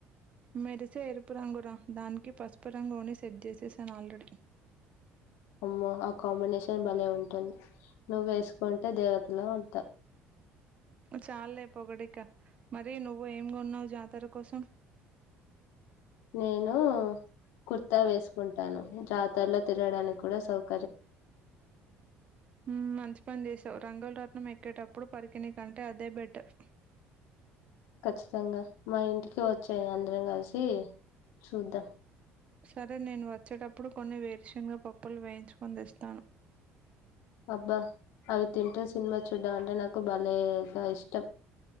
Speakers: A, on the right (about 30°); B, on the left (about 85°).
A: మెరిసే ఎరుపురంగురా దానికి. పసుపురంగోని సెట్ చేసేసాను ఆల్రెడీ.
B: అమ్మో ఆ కాంబినేషన్. భలే ఉంటుంది నువ్వు వేసుకుంటే దేవతలా ఉంటావు.
A: చాలే పొగడిక మరి నువ్వు ఏం కొన్నావ్ జాతర కోసం.
B: నేను కుర్తా వేసుకుంటాను జాతారలో తిరడానికి కూడా సౌకర్.
A: ఉ మంచి పని చేసావ్ రంగుల్రాట్నం ఎక్కేటప్పుడు పరికినీ కంటే అదే బెటర్
B: ఖచ్చితంగా మా ఇంటికి వచేయి అందరం కలిసి చూద్దాం
A: సరే నేను వచ్చేటప్పుడు కొన్ని వేరుషన్గా పప్పులు వేయించుకొని తేస్తాను
B: అబ్బా అవి తింటే సినిమా. చూడ్డం అంటే నాకు భలేగా ఇష్టం.